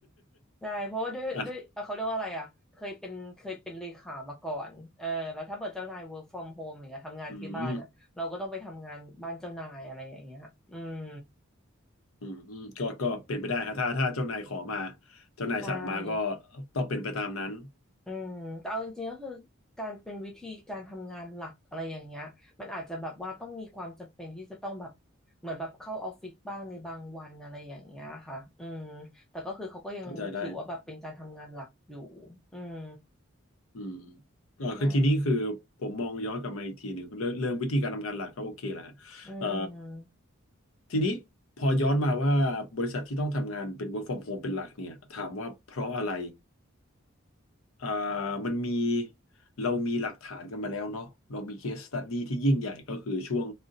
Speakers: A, in the centre; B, on the left.
A: ใช่เพราะว่าด้วยด้วยเอ่อเขาเรียกว่าอะไรอ่ะเคยเป็นเคยเป็นเลขามาก่อนเออแล้วถ้าเปิดเจ้านาย
B: <laughs> อ่ะ
A: work from home อย่างเงี้ยทำงานที่บ้านอ่ะเราก็ต้องไปทำงานบ้านเจ้านายอะไรอย่างเงี้ยอืม
B: อืม อืมอืมก็ก็เป็นไปได้ครับถ้าถ้าเจ้านายขอมาเจ้านายสั่งมาก็
A: ใช่
B: ต้องเป็นไปตามนั้น
A: อืมแต่เอาจริงๆก็คือการเป็นวิธีการทำงานหลักอะไรอย่างเงี้ยมันอาจจะแบบว่าต้องมีความจำเป็นที่จะต้องแบบเหมือนแบบเข้าออฟฟิศบ้างในบางวันอะไรอย่างเงี้ยค่ะอืมแต่ก็คือเขาก็ยังถือว่าแบบเป็นการทำงานหลักอยู่
B: เข้าใจได้
A: อืม
B: อืมเออคือทีนี้คือผมมองย้อนกลับมาอีกทีหนึ่งเรื่องเรื่องวิธีการทำงานหลักก็โอเคแหละฮะเอ่อ
A: ใช่อืม
B: ทีนี้พอย้อนมาว่าบริษัทที่ต้องทำงานเป็น work from home เป็นหลักเนี่ยถามว่าเพราะอะไรเอ่อมันมีเรามีหลักฐานกันมาแล้วเนาะเรามี case study ที่ยิ่งใหญ่ก็คือช่วง